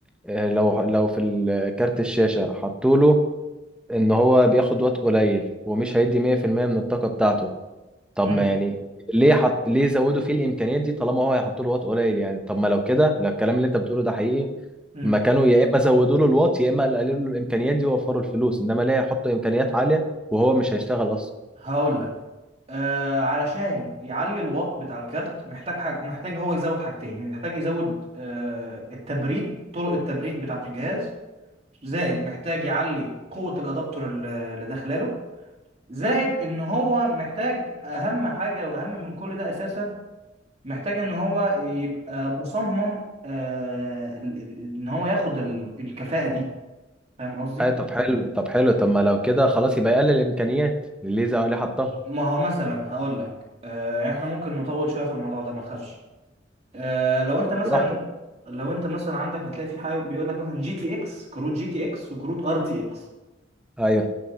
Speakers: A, in the centre; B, on the right (about 35°).
A: آه، لو لو في ال- كارت الشاشة حطوا له ان هو بياخد وقت قليل ومش هيدي 100% من الطاقة بتاعته طب
B: امم
A: ما يعني ليه حط ليه زودوا فيه الامكانيات دي طالما هو هيحطوا له وقت قليل يعني طب ما لو كده لو الكلام اللي انت بتقوله ده حقيقي
B: امم
A: ما كانوا يا اما زودوا له الواط يا اما قللوا له الامكانيات دي ووفروا الفلوس انما ليه يحطوا امكانيات عالية وهو مش هيشتغل اصلا
B: هقول لك آه علشان يعلي الواط بتاع الكارت محتاج حاجة محتاج هو يزود حاجتين محتاج يزود آه التبريد طرق التبريد بتاعة الجهاز زائد محتاج يعلي قوة الأدابتور اللي اللي داخلاله زائد إن هو محتاج أهم حاجة وأهم من كل ده أساسا محتاج إن هو يبقى مصمم آه ال- ال- إن هو ياخد ال- الكفاءة دي فاهم قصدي؟
A: اي طب حلو طب حلو طب ما لو كده خلاص يبقى يقلل الامكانيات الليزا اللي حطها
B: ما هو مثلا هقول لك آه إحنا ممكن نطول شوية في الموضوع ده ما تخافش آه لو أنت مثلا
A: براحتك
B: لو أنت مثلا عندك هتلاقي في حاجة بيقول لك مثلا جي تي إكس كروت جي تي إكس وكروت ار تي إكس
A: ايوه